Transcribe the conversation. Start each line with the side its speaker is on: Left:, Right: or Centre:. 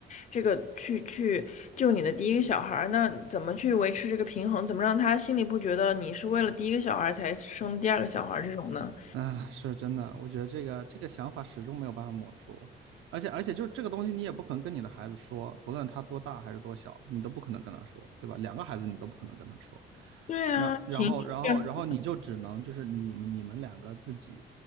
Left: 这个去去救你的第一个小孩儿，那怎么去维持这个平衡？怎么让他心里不觉得你是为了第一个小孩儿才生第二个小孩儿这种呢？
Right: 啊，是真的，我觉得这个这个想法始终没有办法抹除，而且而且就这个东西，你也不可能跟你的孩子说，不论他多大还是多小，你都不可能跟他说，对吧？两个孩子你都不可能跟他说，
Left: 对啊，
Right: 然然后然后然后你就只能就是你们你们两个自己，
Left: 情绪。